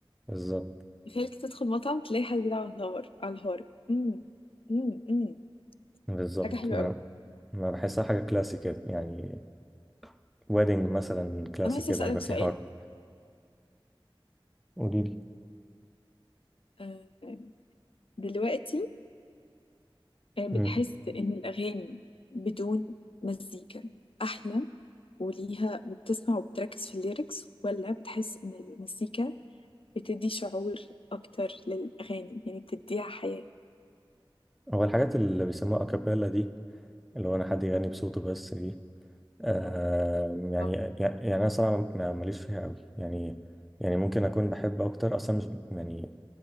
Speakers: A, in the centre; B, on the left (about 75°).
A: بالظبط
B: تخيل كده تدخل مطعم تلاقي حد بيلعب على الهار على الهارب مم. مم. مم.
A: بالظبط
B: حاجة حلوة
A: ما
B: قوي
A: ما بحسها حاجة كلاسي كده يعني ويدنج مثلا كلاسي
B: انا عايزة
A: كده
B: اسألك
A: هيبقى
B: سؤال
A: فيه هارب قولي لي
B: آه، دلوقتي آه، بتحس
A: مم.
B: إن الأغاني بدون مزيكا أحلى وليها وبتسمع وبتركز في الليركس ولا بتحس إن المزيكا بتدي شعور أكتر للأغاني يعني بتديها حياة
A: هو الحاجات اللي بيسموها أكابيلا دي اللي هو أنا حد يغني بصوته بس دي آه يعني
B: <coughs> آه.
A: يعني أنا صراحة ما- ماليش فيها قوي يعني يعني ممكن أكون بحب أكتر أصلا مش يعني